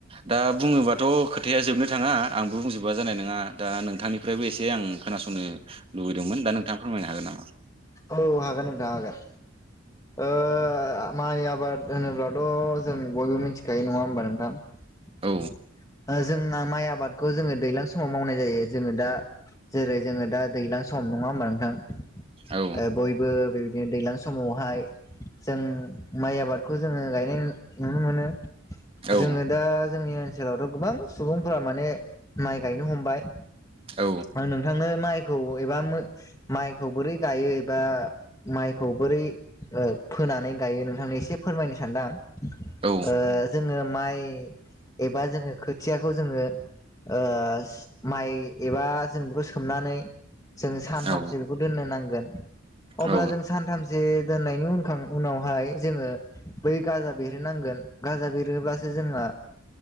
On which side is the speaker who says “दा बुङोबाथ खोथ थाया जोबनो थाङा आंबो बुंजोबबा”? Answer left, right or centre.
Right